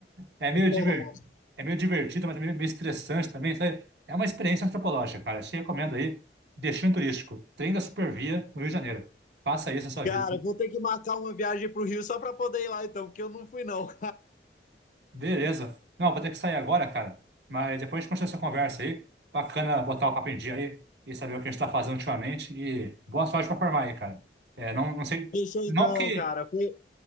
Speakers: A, on the right; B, on the left.
A: É meio divertido,
B: Oh,
A: é meio divertido, mas também meio meio estressante também, sabe? É uma experiência antropológica, cara. Eu Te recomendo aí, Destino Turístico, Trem da Supervia, no Rio de Janeiro. Faça isso na sua
B: cara,
A: vida.
B: vou ter que marcar uma viagem pro Rio só pra poder ir lá, então, porque eu não fui, não. <laughs>
A: Beleza. Não, vou ter que sair agora, cara. Mas depois a gente continua essa conversa aí. Bacana botar o papo em dia aí e saber o que a gente tá fazendo ultimamente. E boa sorte pra formar aí, cara. É, não, não sei,
B: Fechou
A: não
B: então,
A: que,
B: cara. Fui...